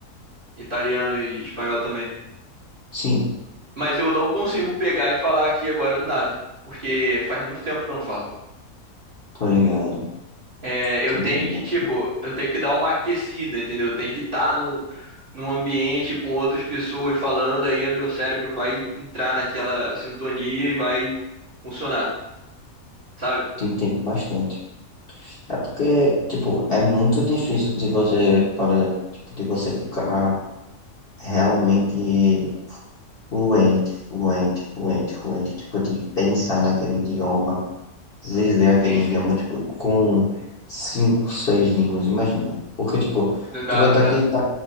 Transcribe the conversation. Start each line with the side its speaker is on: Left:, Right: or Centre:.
Right: italiano e espanhol também.
Left: Sim,
Right: Mas eu não consigo pegar e falar aqui agora do nada, porque faz muito tempo que eu não falo.
Left: tô ligado.
Right: É,
Left: Te
Right: eu tenho
Left: entendo,
Right: que, tipo, eu tenho que dar uma aquecida, entendeu? Eu tenho que estar num, num ambiente com outras pessoas falando, aí o meu cérebro vai entrar naquela sintonia e vai funcionar, sabe?
Left: te entendo bastante. É porque, tipo, é muito difícil de você, por exemplo, tipo, de você ficar realmente fluente, fluente, fluente, fluente, tipo, de pensar naquele idioma viver aquele
Right: Sim, sim.
Left: idioma, tipo, com cinco, seis línguas, imagina. Porque, tipo,
Right: Não dá,
Left: tu vai
Right: não
Left: estar
Right: dá.
Left: aqui, tá,